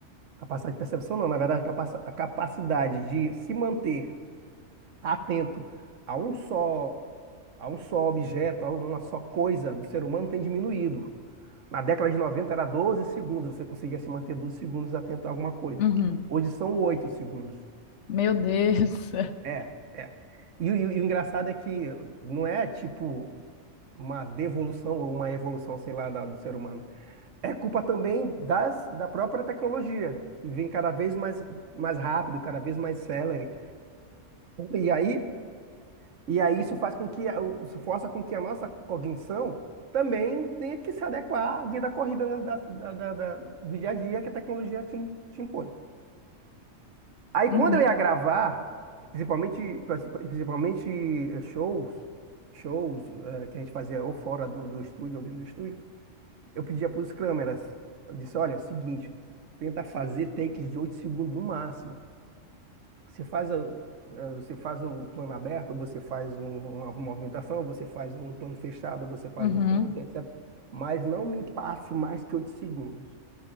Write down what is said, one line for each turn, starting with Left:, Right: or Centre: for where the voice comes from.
Right: capacidade de percepção, não, na verdade, capaci- a capacidade de se manter atento a um só, a um só objeto, a uma só coisa do ser humano tem diminuído. Na década de 90 era 12 segundos, você conseguia se manter 12 segundos atento a alguma coisa.
Left: uhum.
Right: Hoje são 8 segundos.
Left: Meu Deus. <laughs>
Right: É, é. E, o e o- e o engraçado é que não é tipo uma devolução ou uma evolução, sei lá, da- do ser humano. É culpa também das, da própria tecnologia, que vem cada vez mais, mais rápido, cada vez mais celere. E aí E aí isso faz com que, a- o- isso força com que a nossa cognição também tenha que se adequar à vida corrida da- da- da- da- do dia a dia que a tecnologia te, te impõe. Aí quando
Left: Uhum,
Right: eu ia gravar, principalmente, principalmente eh, shows, shows eh, que a gente fazia ou fora do, do estúdio ou dentro do estúdio, eu pedia para os câmeras, eu disse, olha, é o seguinte, tenta fazer takes de 8 segundos no máximo. Você faz, a- eh, você faz o plano aberto, você faz um- uma movimentação, você faz um plano fechado, você faz
Left: uhum,
Right: um close, etc. Mas não me passe mais que 8 segundos.